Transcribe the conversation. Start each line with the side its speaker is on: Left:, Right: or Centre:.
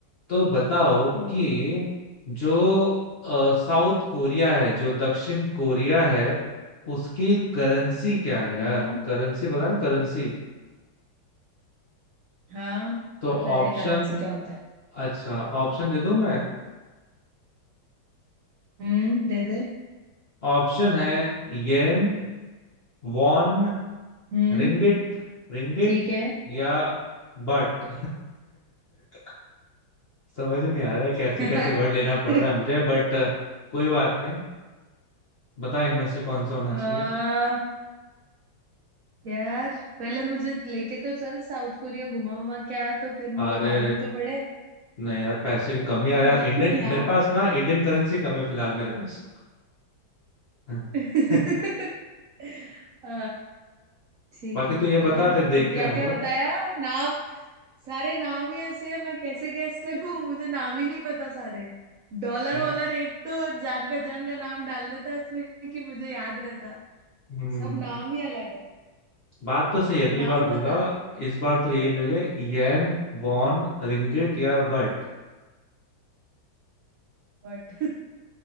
Left: तो बताओ
Right: हम्म
Left: कि जो अ, साउथ कोरिया है जो दक्षिण कोरिया है उसकी करेंसी क्या है यार
Right: हम्म
Left: करेंसी पता है ना करेंसी
Right: हाँ
Left: तो
Right: पता है
Left: ऑप्शन
Right: करेंसी क्या होता है
Left: अच्छा ऑप्शन दे दूं मैं
Right: हम्म दे दे
Left: ऑप्शन है येन वॉन
Right: हम्म
Left: रिंगिट रिंगिट
Right: ठीक है
Left: या बट <laughs> समझ नहीं आ रहा है कैसे
Right: <laughs>
Left: कैसे वर्ड लेना पड़ रहा है मुझे बट कोई बात नहीं बता इनमें से कौन सा होना
Right: आ,
Left: चाहिए
Right: यार पहले मुझे लेके तो चल साउथ कोरिया घुमा उमा क्या तो फिर मुझे
Left: अरे
Right: मालूम तो पड़े
Left: नहीं यार पैसे की कमी आ
Right: <laughs>
Left: रहा है इंडियन
Right: यार
Left: मेरे पास ना इंडियन करेंसी कम है फिलहाल मेरे पास <laughs>
Right: <laughs> अ, ठीक
Left: बाकी तो ये
Right: है
Left: बता फिर देखते
Right: तो क्या
Left: हैं हम
Right: क्या
Left: लोग
Right: बताया नाम सारे नाम ही ऐसे हैं मैं कैसे गैस करूं <laughs> मुझे नाम ही नहीं पता सारे डॉलर
Left: ये,
Right: वॉलर एक तो जान पहचान का नाम डाल देता है इसमें कि मुझे याद रहता
Left: हम्म,
Right: सब नाम ही अलग है
Left: बात तो सही अगली
Right: नाम
Left: बार दूंगा
Right: बता
Left: इस बार तो यही ले ले येन वॉन रिंगिट या बट
Right: बट